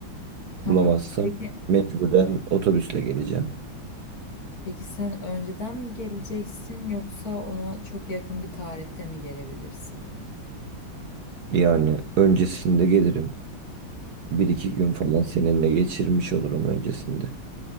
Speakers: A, on the left (about 45°); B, on the right (about 60°).
A: Tamam.
B: Bulamazsam
A: Peki.
B: mecburen otobüsle geleceğim.
A: Peki sen önceden mi geleceksin yoksa ona çok yakın bir tarihte mi gelebilirsin?
B: Yani öncesinde gelirim. Bir iki gün falan seninle geçirmiş olurum öncesinde.